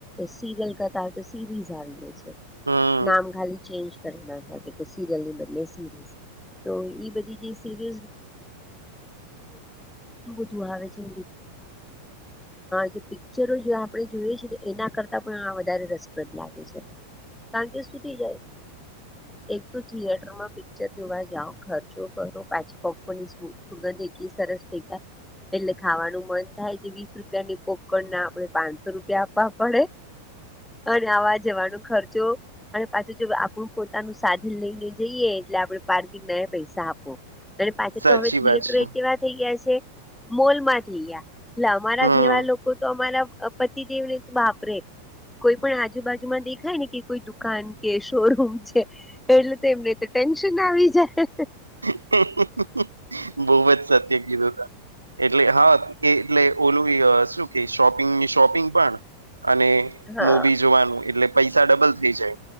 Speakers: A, in the centre; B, on the right (about 80°).
A: સલતાઝ આવી છે.
B: હા.
A: નામ ખાલી ચેન્જ કરે નાખાય, સિરયલની બદલે સિરીઝ તો એ બધી. લું આવે છે. જે પિક્ચરો આપણે જોઈએ છે ને, એના કરતાં પણ વધારે રસપ્રદ લાગે છે. કારણ કે સુધી જાય, એક તો થિયેટરમાં પિક્ચર જોવા જાવ, ખર્ચો કરો પાછપપની સુગે સરસ લે <unintelligible> એટલે ખાવાનું મન થાય કે, વીસ રૂપિયાની પોકર ના આપડે. પાંચસો રૂપિયા આપવા પડે, અને આવા જવાનો ખર્ચો. અને પાછું જો આપણું પોતાનું સાધન લઈને જઈએ, એટલે આપડણે પાર્કિંગ ના પૈસા આપે. અને પાછા
B: સાચી
A: તો હવે થિયેટર
B: વાત છે
A: કેવા થઈ ગયા છે, મોલ માં થઈ ગયા. અમારા
B: હમ
A: જેવા લોકો તો અમારા પતિદેવને તો વાપરે. કોઈ પણ આજુબાજુમાં દેખાય ને, કે કોઈ દુકાન કે શોરૂમ. એટલે તો એમને તો ટેન્શન આવી જાય.
B: બહુ જ સત્ય કીધું તું. એટલે હા, એ એટલે ઓલું શું કે, શોપિંગની શોપિંગ પણ અને
A: હા
B: મૂવી જોવાનું એટલે પૈસા ડબલ થઈ જાય,